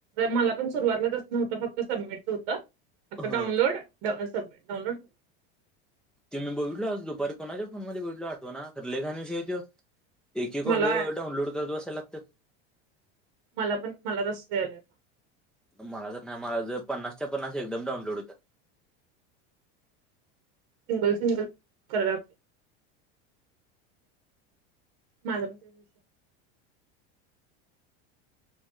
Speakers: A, on the right; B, in the centre.
A: मला पण सुरुवातलातसं नव्हतं, फक्त सबमिटच होतं. आता डाउनलोड
B: हा
A: सबमिट, डानलोड
B: ते मी बोघीतलो आज दुपारी, कोणाच्या फोन मध्ये बघितलं आठवा ना, लय घाण विषये तो. एक
A: मला
B: ऑडिओ डाउनलोड करतो बसाय लागात.
A: मला पण, मला कस द्यायलायेत आता.
B: मला तर नाही, मला ज पन्नासच्या पन्स एकमडऊनलोड होतात.
A: सिंगल सिंगल कराला लागते. माझा म्हणजे.